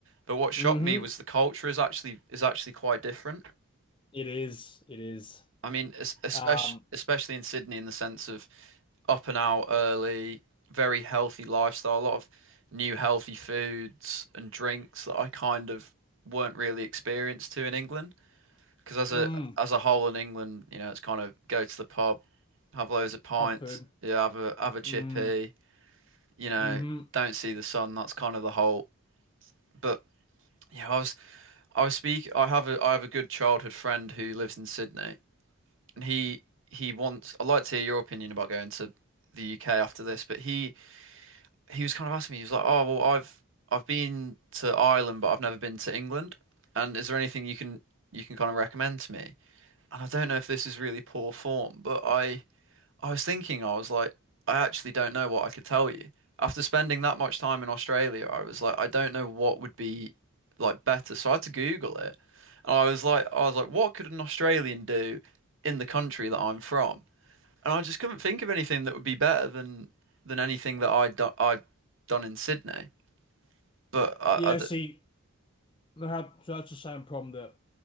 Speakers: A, on the right (about 60°); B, on the left (about 20°).
A: But what shocked
B: Mm-hmm.
A: me was the culture is actually is actually quite different.
B: It is. It is.
A: I mean, especially
B: Um,
A: especially in Sydney, in the sense of up and out early, very healthy lifestyle, a lot of new healthy foods and drinks that I kind of weren't really experienced to in England. Because as
B: mm,
A: a as a whole in England, you know, it's kind of go to the pub, have loads of pints,
B: pub food.
A: yeah, have a have a
B: Mm,
A: chippy, you know,
B: mm-hmm.
A: don't see the sun. That's kind of the whole. But yeah, I was I was speak. I have a I have a good childhood friend who lives in Sydney, and he he wants. I'd like to hear your opinion about going to the UK after this. But he he was kind of asking me. He was like, "Oh, well, I've I've been to Ireland, but I've never been to England. And is there anything you can you can kind of recommend to me?" and I don't know if this is really poor form, but I I was thinking, I was like, I actually don't know what I could tell you. After spending that much time in Australia, I was like, I don't know what would be like better. So I had to Google it. And I was like, I was like, what could an Australian do in the country that I'm from? And I just couldn't think of anything that would be better than than anything that I'd do I'd done in Sydney. But
B: <laughs>
A: I,
B: Yeah,
A: I d-
B: see, that- that's the same problem that,